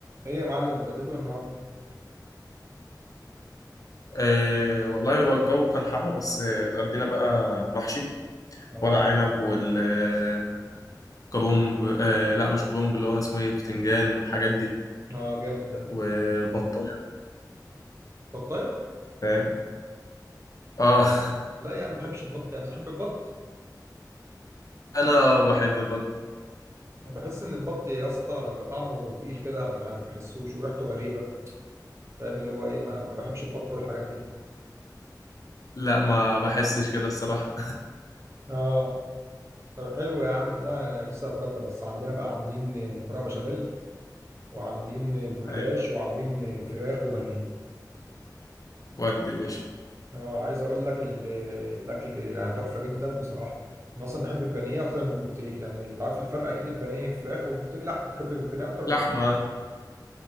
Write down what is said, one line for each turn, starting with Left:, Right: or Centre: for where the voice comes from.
Right: ايه يا معلم اتغديتوا إيه النهارده
Left: أه والله هو الجو كان حر بس آه، اتغدينا بقى محشي
Right: اه
Left: ورق عنب والكرنب أه لا مش كرنب اللي هو اسمه ايه بتنجان والحاجات دي
Right: اه جامد ده
Left: وبطل
Right: بطايه
Left: فاهم اه <laughs>
Right: لا يا عم ما بحبش البط يعني تحب البط
Left: انا بحب البط
Right: أنا بحس ان البط يا اسطى بيبقى طعمه تقيل كده ما بح- بحسوش وريحته غريبه فاهم اللي هو ايه ما, ما بحبش البط والحاجات دي
Left: لا ما بحسش كده الصراحة
Right: اه طب حلو يا عم لا أنا لسه هتغدى بس عندنا بقى عاملين مكرونه بشاميل وعاملين جلاش
Left: أيوة.
Right: وعاملين فراخ وبانيه
Left: ودي يا باشا
Right: اه عايز اقول لك ال- الاكل يعني تحفه جدا بصراحه انا اصلا بحب البانيه اكتر من البوفتيك لان انت عارف الفرق اكيد البانيه فراخ والبوفتيك لحم بتحب البانيه اكتر
Left: لحمة